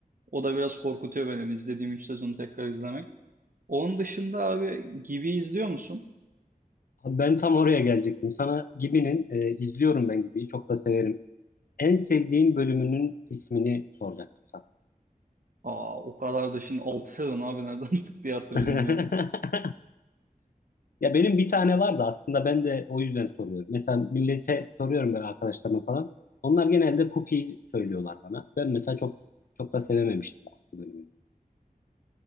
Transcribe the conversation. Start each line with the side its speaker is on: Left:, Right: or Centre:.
Right: O da biraz korkutuyor beni hani izlediğim 3 sezonu tekrar izlemek. Onun dışında abi Gibi izliyor musun?
Left: Abi Ben tam oraya gelecektim. Sana Gibi'nin e, izliyorum ben Gibi'yi çok da severim. En sevdiğin bölümünün ismini soracaktım
Right: Aa o kadar da şimdi 6 sezon abi nereden <laughs> tık diye hatırlayayım
Left: sana.
Right: ya.
Left: <laughs> Ya benim bir tane vardı aslında ben de o yüzden soruyorum. Mesela millete soruyorum böyle arkadaşlarıma falan. Onlar genelde cookie söylüyorlar bana. Ben mesela çok çok da sevememiştim cookie bölümünü.